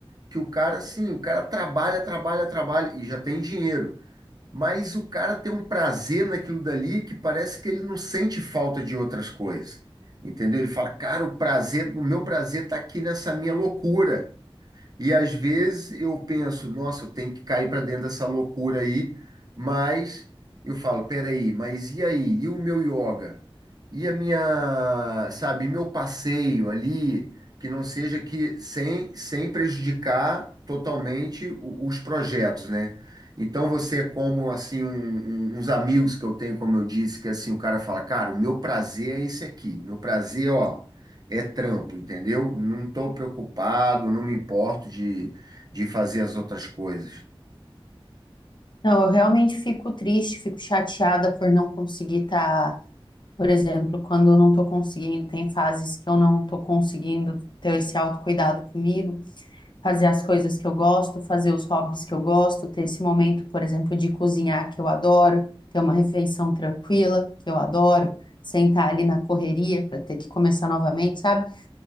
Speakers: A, on the right; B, on the left.
A: que o cara, assim, o cara trabalha, trabalha, trabalha e já tem dinheiro mas o cara tem um prazer naquilo dali que parece que ele não sente falta de outras coisas. Entendeu? Ele fala, cara, o prazer, o meu prazer tá aqui nessa minha loucura. E às vezes eu penso, nossa, eu tenho que cair para dentro dessa loucura aí, mas eu falo, peraí, mas e aí? E o meu yoga? E a minha, sabe, meu passeio ali, que não seja que sem, sem prejudicar totalmente o- os projetos, né? Então você é como assim um- um- uns amigos que eu tenho, como eu disse, que assim o cara fala, cara, o meu prazer é esse aqui, meu prazer, ó. É trampo, entendeu? Não estou preocupado, não me importo de, de fazer as outras coisas.
B: Não, eu realmente fico triste, fico chateada por não conseguir estar, por exemplo, quando eu não estou conseguindo, tem fases que eu não estou conseguindo ter esse autocuidado comigo, fazer as coisas que eu gosto, fazer os hobbies que eu gosto, ter esse momento, por exemplo, de cozinhar que eu adoro, ter uma refeição tranquila que eu adoro, sentar ali na correria para ter que começar novamente, sabe,